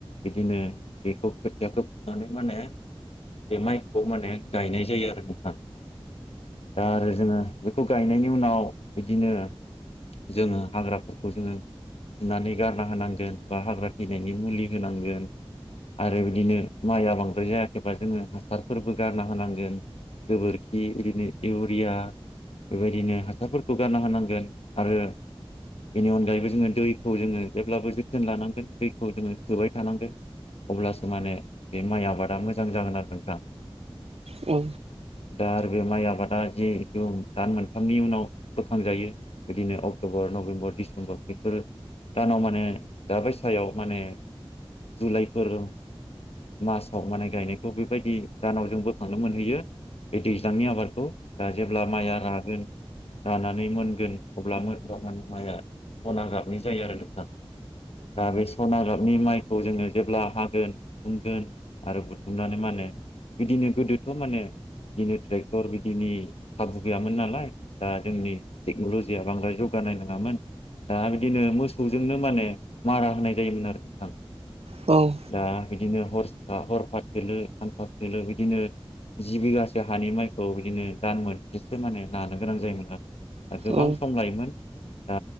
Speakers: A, on the left (about 80°); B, on the right (about 80°).
A: बिदिनो बेखौ खोथियाखौ फुनानै माने बे माइखौ माने गायनाय जायो आरो नोंथां दा आरो जोङो बेखौ गायनायनि उनाव बिदिनो जोङो हाग्राफोरखौ जोङो फुनानै गारना होनांगोन बा हाग्रा थैनायनि मुलि होनांगोन आरो बिदिनो माइआ बांद्राय जायाखैबा जोङो हासारफोरबो गारना होनांगोन गोबोर खि बिदिनो इउरिया बेबायदिनो हासारफोरखौ गारना होनांगोन आरो बेनि अनगायैबो जोङो दैखौ जोङो जेब्लाबो जोथोन लानांगोन दैखौ जोङो सोबाय थानांगोन अब्लासो माने बे माइ आबादा मोजां जागोन आरो नोंथां
B: औ
A: दा आरो बे माइ आबादा जिहेथु दान मोनथामनि उनाव बोखांजायो बिदिनो अक्ट'बर नभेम्बर डिसेम्बर बेफोरो दानाव माने दाबायसायाव माने जुलाइफोर मासाव माने गायनायखौ बेबायदि दानाव जों बोखांनो मोनहैयो बे दैज्लांनि आबादखौ दा जेब्ला माइया रागोन रानानै मोनगोन अब्ला मोन दानि माइया सना गाबनि जायो आरो नोंथां दा बे सनागाबनि माइखौ जोङो जेब्ला हागोन बुथुमगोन आरो बुथुमनानै मा होनो बिदिनो गोदोथ' माने बिदिनो ट्रेक्टर बिदिनि खाबु गैयामोन नालाय दा जोंनि टेक्न'लजि जिया बांद्राय जौगानाय नङामोन दा बिदिनो मोसौजोंनो माने मारा होनाय जायोमोन आरो नोंथां
B: औ
A: दा बिदिनो <unintelligible> हरफा थोलो सानफा थोलो बिदिनो जि बिघा हानि माइखौ बिदिनो दान मोनसेसो माने नानो गोनां जायोमोन आरो दा गोबां
B: औ
A: सम लायोमोन दा